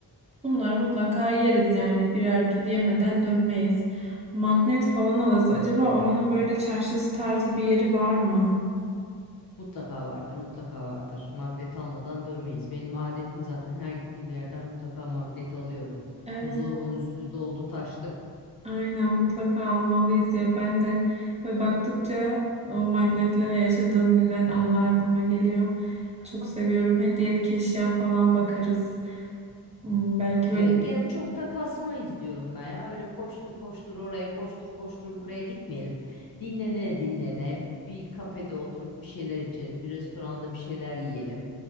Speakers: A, on the right; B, on the left.
A: bunları mutlaka yeriz yani birer tur yemeden dönmeyiz. Magnet falan alırız. Acaba oranın böyle çarşısı tarzı bir yeri var mı?
B: Mutlaka vardır, mutlaka vardır. Magnet almadan dönmeyiz. Benim adetim zaten her gittiğim yerden mutlaka magnet alıyorum.
A: Evet.
B: Buzdolabının üstü doldu taştı.
A: Aynen mutlaka almalıyız ya. Ben de ve baktıkça o magnetlere yaşadığım güzel anılar aklıma geliyor. Çok seviyorum. Hediyelik eşya falan bakarız. Hmm, Belki böyle
B: Evet gene çok da kasmayız diyorum ben ya. Öyle koştur koştur oraya koştur koştur buraya gitmeyelim. Dinlene dinlene bir kafede oturup bir şeyler içelim. Bir restoranda bir şeyler yiyelim.